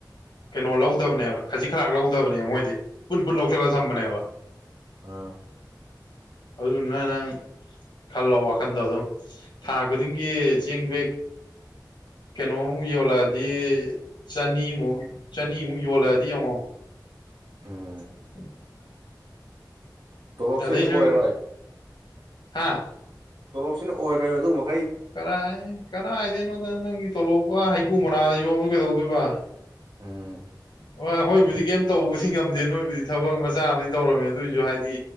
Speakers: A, on the left; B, on the right.
A: ꯀꯩꯅꯣ ꯂꯧꯗꯕꯅꯦꯕ ꯈꯖꯤꯛ ꯈꯔ ꯂꯧꯗꯕꯅꯦꯕ ꯃꯣꯏꯗꯤ ꯄꯨꯟ ꯄꯨꯟ ꯂꯧꯁꯤꯜꯂꯒ ꯊꯝꯕꯅꯦꯕ
B: ꯑꯥ
A: ꯑꯗꯨꯗꯨꯅ ꯅꯪ ꯈꯜꯂꯣ ꯋꯥꯈꯟꯗꯣ ꯑꯗꯨꯝ ꯊꯥ ꯈꯨꯗꯤꯡꯒꯤ ꯆꯦꯡ ꯕꯦꯛ ꯀꯩꯅꯣꯃꯨꯛ ꯌꯣꯜꯂꯛꯑꯗꯤ ꯆꯅꯤꯃꯨꯛ ꯆꯅꯤꯃꯨꯛ ꯌꯣꯜꯂꯛꯑꯗꯤ ꯌꯦꯡꯉꯣ
B: ꯎꯝ
A: <inaudible>
B: ꯇꯣꯂꯣꯞꯁꯤꯅꯗꯤ
A: ꯑꯗꯩ ꯅꯪ
B: ꯑꯣꯏꯔꯣꯏ
A: ꯍꯥ
B: ꯇꯣꯂꯣꯞꯁꯤꯅ ꯑꯣꯏꯔꯣꯏꯕ ꯑꯗꯨꯒꯨꯝ
A: ꯀꯔꯥꯏ ꯀꯔꯥꯏꯗꯩꯅꯣꯗ ꯅꯪꯒꯤ ꯇꯣꯂꯣꯞꯀꯥ ꯍꯩꯀꯨ ꯃꯅꯥꯗ ꯌꯣꯝꯕꯗꯣ ꯀꯩꯗꯧꯗꯣꯏꯕ
B: ꯎꯝ
A: ꯍꯣꯏ ꯑꯩꯈꯣꯏꯕꯨꯗꯤ ꯀꯩꯝ ꯇꯧꯕꯗꯤ ꯉꯝꯗꯦ ꯅꯣꯏꯕꯨꯗꯤ ꯊꯕꯛ ꯃꯥ ꯆꯥꯝꯃꯗꯤ ꯇꯧꯔꯝꯅꯦ ꯑꯗꯨꯏꯖꯨ ꯍꯥꯏꯗꯤ